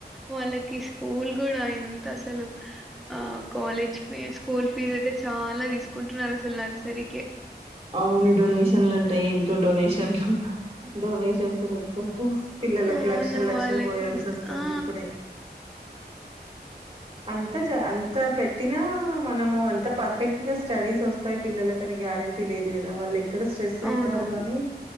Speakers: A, in the centre; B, on the right (about 35°).
A: వాళ్ళకి స్కూల్ కూడా ఎంత అసలు ఆ కాలేజ్ ఫీ స్కూల్ ఫీ ఇదైతే చాలా తీసుకుంటున్నారు అసలు నర్సరీకె
B: అవును డొనేషన్లంటా ఎంతో డొనేషన్లు డొనేషన్స్ కట్టుకుంటూ పిల్లలకి
A: అవును
B: లక్షల్ లక్షలు
A: వాళ్ళకింక
B: పోయాల్సి వస్తుంది.
A: ఆ!
B: ఇప్పుడే అంత చ అంత పెట్టినా మనము అంత పర్ఫెక్ట్ ఇగ స్టడీస్ వస్తాయి పిల్లలకని గ్యారంటీ లేదు కదా వాళ్ళ ఎక్కడ స్ట్రెస్
A: అవునవును.
B: అయితారో అని